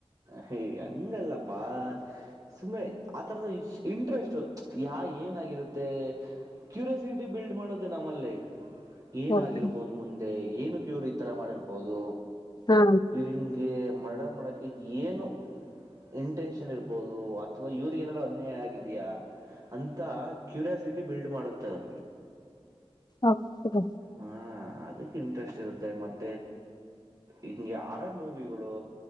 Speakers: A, on the right; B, on the left.
A: ಹ ಹಂಗಲ್ಲಪ್ಪಾ ಸುಮ್ಮನೆ ಆತರದ ಇಂಟ್ರೆಸ್ಟ್ ಯಾ ಏನಾಗಿರುತ್ತೆ ಕ್ಯೂರಿಯಾಸಿಟಿ ಬಿಲ್ಡ್ ಮಾಡುತ್ತೆ ನಮ್ಮಲ್ಲಿ ಏನಾಗಿರ್ಬೋದು
B: ಓಕೆ
A: ಮುಂದೆ. ಏನುಕ ಇವರು ಈ ಥರ ಮಾಡಿರ್ಬೋದು.
B: ಹಾ
A: ಯೂರಿಂಗ್ಗೆ ಮಡರ್ ಮಾಡಕ್ಕೆ ಕ ಏನು ಇಂಟೆನ್ಷನ್ ಇರ್ಬೋದು ಅಥವಾ ಇವ್ರಗ ಏನಾದಾರೂ ಅನ್ಯಾಯ ಆಗಿದೆಯಾ ಅಂತ ಕ್ಯೂರಿಯಾಸಿಟಿ ಬಿಲ್ಡ್ ಮಾಡುತ್ತುತ್ತದೆ.
B: ಓಕೆ
A: ಹಾಂ ಅದಕ್ಕೆ ಇಂಟ್ರೆಸ್ಟ್ ಇರುತ್ತೆ ಮತ್ತು ಹಿಂಗೆ ಹಾರರ್ ಮೂವಿಗಳು